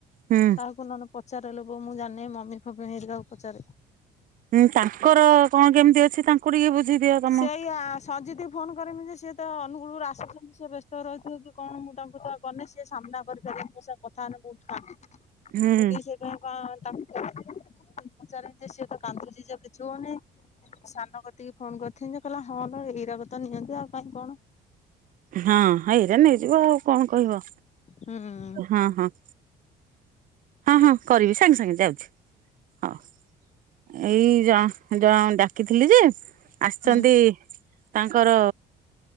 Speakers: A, on the right; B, on the left.
A: ହୁଁ।
B: କାହାକୁ ନହନେ ପ ଚାର ଲୋ ବୋ ମୁଁ ଜାଣିନି ମମି ଫମି ହେରିକା କୁ ପଚାରେ।
A: ହୁଁ ତାଙ୍କର କଣ କେମିତି ଅଛି ତାଙ୍କୁ ଟିକେ ବୁଝି ଦିଅ ତମ
B: ସେଇ ଆ ସଞ୍ଜିତ କି ଫୋନ କରିମି ଯେ ସିଏ ତ ଅନୁଗୁଳରୁ ଆସୁଛନ୍ତି ସିଏ ବ୍ୟସ୍ତ ରହୁଥିବେ କି କଣ ମୁଁ ତାଙ୍କୁ ତ କରିନି ସିଏ ସାମ୍ନା କରିପାରିବିନି ମୋ ସହ କଥା ହେନେ ବହୁତ୍ କାନ୍ଦିବ
A: ହୁଁ।
B: ମୁଁ ବି ସେ କଣ କା ତା <unintelligible> ପଚାରିମି ଯେ ସେ ତ କାନ୍ଦୁଛି ଯଉ କିଛି ହଉ ନି। ସାନ କତିକି ଫୋନ କରିଥିନି ଯେ କହିଲା ହଁ ଏଇ ରାକତ ନିଅନ୍ତି ଆଉ କାହିଁ କଣ।
A: ହଁ ଏଇରା ନେଇଯିବ ଆଉ କଣ କହିବ
B: ହୁଁ।
A: ହଁ ହଁ। ହଁ ହଁ କରିବି ସାଙ୍ଗେ ସାଙ୍ଗେ ଯାଉଛି। ହଁ ଏଇ ଜ ଜ ଡାକିଥିଲି ଯେ ଆସିଛନ୍ତି
B: ହୁଁ
A: ତାଙ୍କର